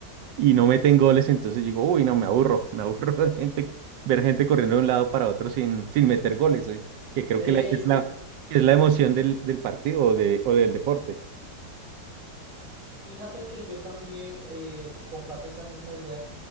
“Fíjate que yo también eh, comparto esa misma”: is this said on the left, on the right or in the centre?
Right